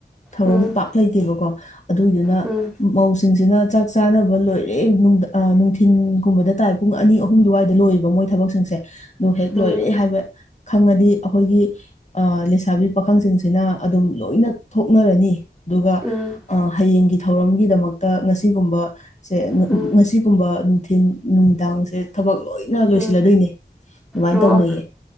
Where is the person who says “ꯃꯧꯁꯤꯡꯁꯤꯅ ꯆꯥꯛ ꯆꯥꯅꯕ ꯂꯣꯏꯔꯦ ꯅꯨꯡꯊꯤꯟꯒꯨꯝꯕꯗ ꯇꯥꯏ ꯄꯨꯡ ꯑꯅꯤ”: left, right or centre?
Left